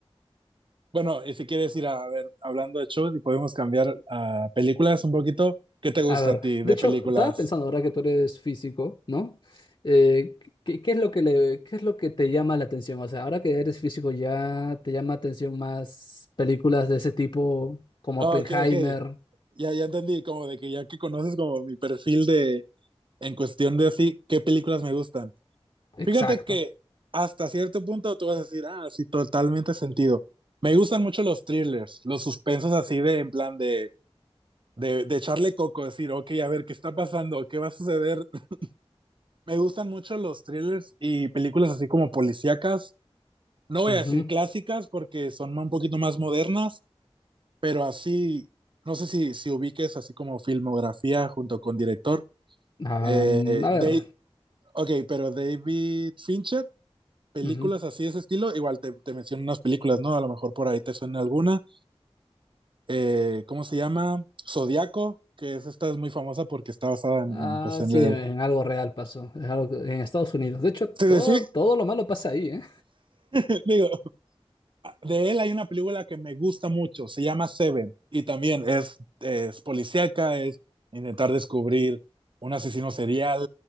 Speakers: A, on the right (about 50°); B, on the left (about 50°).
A: Bueno, y si quieres ir a, a ver, hablando de shows y podemos cambiar a películas un poquito, ¿qué te gusta
B: A ver,
A: a ti
B: de
A: de
B: hecho,
A: películas?
B: estaba pensando ahora que tú eres físico, ¿no? Eh, ¿qué, qué es lo que le, qué es lo que te llama la atención? O sea, ahora que eres físico, ¿ya te llama atención más películas de ese tipo como
A: Oh,
B: Oppenheimer?
A: ok, ok, ya, ya entendí, como de que ya que conoces como mi perfil de, en cuestión de así, ¿qué películas me gustan?
B: Exacto.
A: Fíjate que hasta cierto punto tú vas a decir, ah, sí, totalmente sentido. Me gustan mucho los thrillers, los suspensos así de, en plan de, de, de echarle coco, decir, ok, a ver, ¿qué está pasando? ¿Qué va a suceder? <laughs> Me gustan mucho los thrillers y películas así como policíacas. No voy
B: Ujú.
A: a decir clásicas porque son un poquito más modernas, pero así, no sé si, si ubiques así como filmografía junto con director.
B: Ah,
A: Eh, eh,
B: a
A: Dave,
B: ver.
A: ok, pero David Fincher películas
B: ujú.
A: así de ese estilo, igual te, te menciono unas películas, ¿no? A lo mejor por ahí te suena alguna. Eh, ¿Cómo se llama? Zodiaco, que es, esta es muy famosa porque está basada en,
B: Ah,
A: en, pues, en
B: sí,
A: el...
B: en, en algo real pasó. Es algo que- en Estados Unidos. De hecho, todo,
A: Sí, sí,
B: todo lo malo pasa ahí, ¿eh?
A: sí, <laughs> digo, de él hay una película que me gusta mucho, se llama Seven, y también es, es policíaca, es intentar descubrir un asesino serial